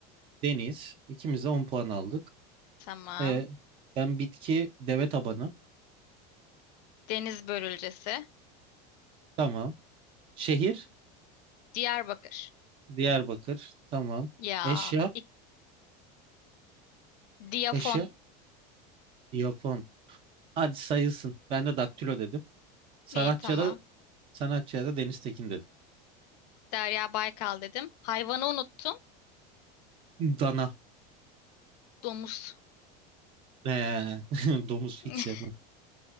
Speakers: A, on the right (about 25°); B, on the left (about 70°).
A: Deniz. İkimiz de 10 puan aldık.
B: Tamam.
A: Ee, ben bitki deve tabanı.
B: Deniz börülcesi.
A: Tamam. Şehir
B: Diyarbakır.
A: Diyarbakır. Tamam.
B: Ya.
A: Eşya
B: ik- Diyafon.
A: eşya Japon. Hadi sayılsın. Ben de daktilo dedim. Sanatçıya
B: İyi tamam.
A: da sanatçıya da Deniz Tekin dedim.
B: Derya Baykal dedim. Hayvanı unuttum.
A: Dana.
B: Domuz.
A: Ee, <laughs> domuz
B: <laughs>
A: hiç sevmem.